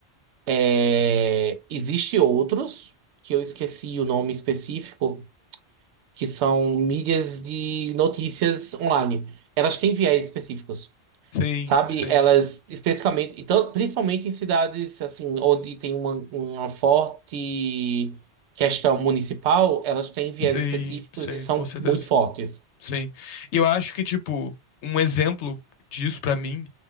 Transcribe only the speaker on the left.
Sim,
sim,
sim,
sim,
com certeza.
Sim. E eu acho que, tipo, um exemplo disso pra mim